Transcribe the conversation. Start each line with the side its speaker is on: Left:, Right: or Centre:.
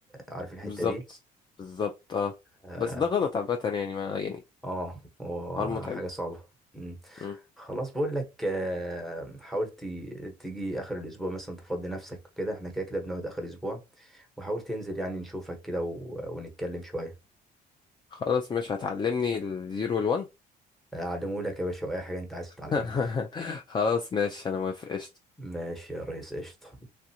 Centre: عارف الحتة
Left: بالظبط
Centre: دي
Left: بالظبط اه
Centre: آه.
Left: بس ده غلط عامه يعني ما يعني
Centre: اه هو
Left: حوار متعب
Centre: حاجة صعبة مم.
Left: مم.
Centre: خلاص بقول لك آه، حاول تي- تيجي اخر الاسبوع مثلا تفضي نفسك وكده احنا كده كده بنقعد اخر اسبوع وحاول تنزل يعني نشوفك كده و- ونتكلم شوية
Left: خلاص مش هتعلمني الزيرو والون
Centre: اعلمه لك يا باشا اي حاجة انت عايز تتعلمها
Left: <laughs> خلاص ماشي انا موافق قشطة.
Centre: <laughs> ماشي يا ريس قشطة